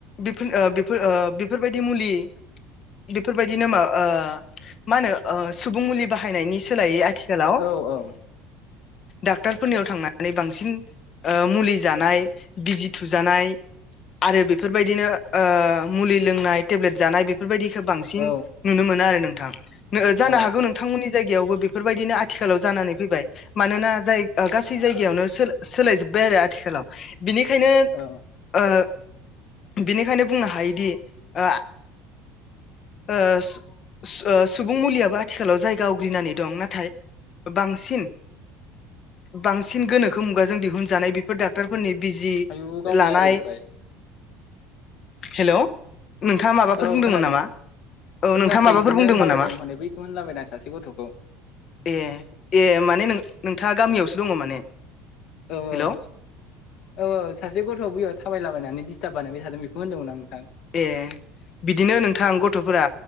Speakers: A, on the left; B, on the left.
A: बेफोर ओ बेफोर ओ बेफोरबायदि मुलि बेफोरबायदिनो मा ओ मा होनो ओ सुबुं मुलि बाहायनायनि सोलायै आ थिखालाव
B: औ औ
A: डाक्टरफोरनियाव थांनानै बांसिन ओ मुलि जानाय बिजि थुजानाय आरो बेफोरबायदिनो ओ मुलि लोंनाय टेब्लेट जानाय बेफोरबायदिखो बांसिन
B: औ
A: नुनो मोनो आरो नोंथां नो जानो
B: औ
A: हागौ नों थांमोननि जायगायावबो बेफोरबायदिनो आथिखालाव जानानै फैबाय मानोना जाय ओ गासै जायगायावनो सोर सोलायजोब्बाय आरो आथिखालाव बिनिखायनो
B: औ
A: ओ बिनिखायनो बुंनो हायोदि ओ आ ओ सु ओ सुबुं मुलियाबो आथिखालाव जायगा आवग्रिनानै दं नाथाय बांसिन बांसिन गोनोखो मुगाजों दिहुनजानाय बेफोर दाख क्टरफोरनि बिजि
B: आयु गावनो
A: लानाय
B: रायज्लायजोबबाय
A: हेलौ नोंथाङा माबाफोर
B: औ
A: बुंदोंमोन
B: खोनादों
A: नामा? औ
B: बुङाखै
A: नोंथाङा माबाफोर
B: इदिनो
A: बुंदोंमोन
B: होनलाबायदों
A: नामा
B: हनै बैखौ होनलाबायदां सासे गथ'खौ।
A: ए ए माने नोंथाङा गामियावसो दङ माने
B: औ
A: हेलौ
B: औ औ औ सासे गथ'आव बैयाव थाबायलाबायनानै डिस्टार्ब बानायबाय थादों बे खौ होन्दोंमोन आं नोंथां।
A: ए। बिदिनो नोंथां गथ'फोरा